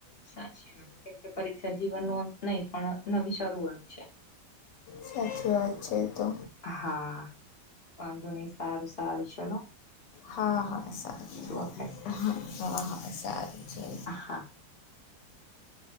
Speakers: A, on the left; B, on the left.
A: સાચી વાત કેમકે પરીક્ષા જીવન ન અંત નહી પણ નવી શરૂઆત છે.
B: સાચી વાત છે. તો
A: હા વાંધો નહી સારું સારું ચલોો.
B: હા હા સારું
A: આપડે
B: હ હા હા સારું છે.
A: હા